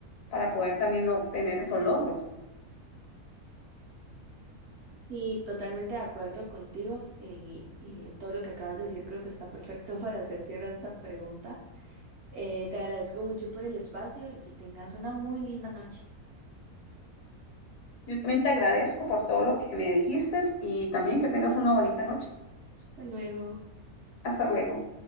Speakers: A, on the left (about 65°); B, on the right (about 60°).
A: para poder también lo- obtener esos logros.
B: Y totalmente de acuerdo contigo eh, y, y todo lo que acabas de decir creo que está perfecto <laughs> para hacer cierre a esta pregunta. Eh, te agradezco mucho por el espacio y que tengas una muy linda noche.
A: Yo también te agradezco por todo lo que me dijiste y también que tengas una bonita noche.
B: Hasta luego.
A: Hasta luego.